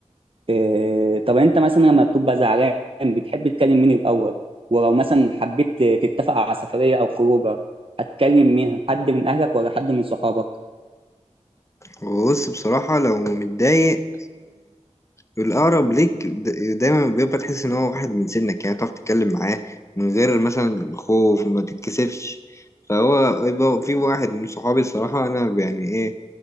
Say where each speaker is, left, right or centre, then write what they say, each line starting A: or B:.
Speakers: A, on the right; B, on the left.
A: إيه طب انت مثلا لما بتبقى زعلان بتحب تكلم مين الاول ولو مثلا حبيت تتفق على سفريه او خروجه هتكلم مين حد من اهلك ولا حد من صحابك
B: بص بصراحة لو متضايق الأقرب ليك د- دايما بيبقى تحس إن هو واحد من سنك يعني تعرف تتكلم معاه من غير مثلا خوف ما تتكسفش فهو يبقى في واحد من صحابي الصراحة أنا يعني إيه